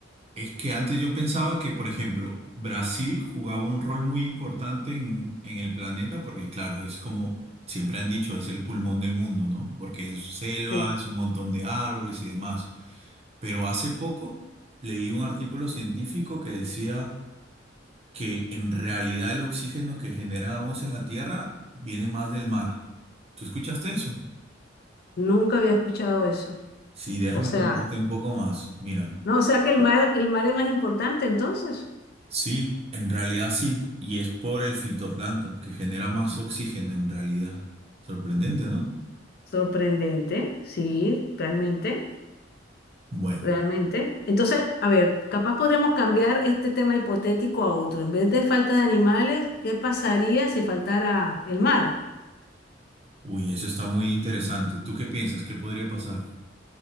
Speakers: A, on the right; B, on the left.
A: es que antes yo pensaba que, por ejemplo, Brasil jugaba un rol muy importante en, en el planeta porque, claro, es como siempre han dicho, es el pulmón del mundo, ¿no? Porque es selva,
B: Sí,
A: es un montón de árboles y demás. Pero hace poco leí un artículo científico que decía que en realidad el oxígeno que generamos en la Tierra viene más del mar. ¿Tú escuchaste eso?
B: nunca había escuchado eso.
A: Sí, déjame
B: O sea,
A: contarte un poco más. Mira,
B: no, o sea que el mar, el mar es más importante entonces.
A: sí, en realidad sí, y es por el fitoplancton que genera más oxígeno en realidad. Sorprendente, ¿no?
B: Sorprendente, sí, realmente.
A: Bueno,
B: realmente. Entonces, a ver, capaz podríamos cambiar este tema hipotético a otro. En vez de falta de animales, ¿qué pasaría si faltara el mar?
A: uy, eso está muy interesante. ¿Tú qué piensas? ¿Qué podría pasar?